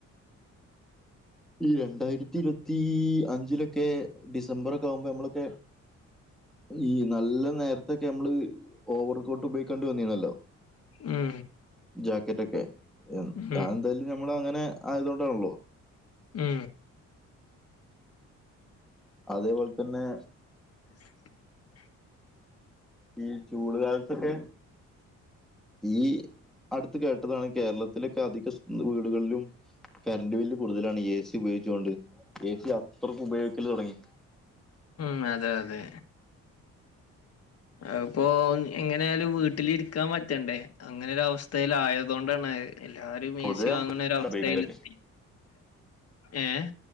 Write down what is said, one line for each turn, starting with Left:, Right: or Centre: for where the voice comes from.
Centre: ഈ രണ്ടായിരത്തി ഇരുപത്തി അഞ്ചിലൊക്കെ ഡിസംബറോക്കെ ആകുമ്പോ നമ്മളൊക്കെ ഈ നല്ല നേരത്തൊക്കെ മ്മള് ഓവർക്കോട്ട് ഉപയോഗിക്കണ്ടി വന്നല്ലോ
Left: മ്
Centre: ജാക്കറ്റക്കെ.
Left: ഉം
Centre: താൻ ന്തായാലും ഞമ്മൾ അങ്ങനെ ആയതൊണ്ടാണല്ലോ.
Left: മ്
Centre: അതേപോൽതന്നെ,
Left: <inaudible>
Centre: ഈ ചൂട്കാൽത്തൊക്കെ ഈ അടുത്ത് കേട്ടതാണ്, കേരളത്തിലൊക്കെ അധിക, സ് വീടുകളിലും കറണ്ട് ബില്ല് കൂടുതലാണ് എ സി ഉപയോഗിച്ചോണ്ട് എ സി അത്രക്കും ഉപയോഗിക്കല് തൊടങ്ങി.
Left: മ് അതെതെ അപ്പോം ഇങ്ങനെ ഒരു വീട്ടിലിരിക്കാൻ പറ്റണ്ടേ അങ്ങനൊരു അവസ്ഥയിലായതോ ണ്ടാണത് എല്ലാരും മേസിവാങ്ങണഒരവസ്ഥയിലെത്തി
Centre: പൊതുവെ നമുക്ക് ഉപയോഗിക്കുന്നതിലൊക്കെ.
Left: ഏഹ്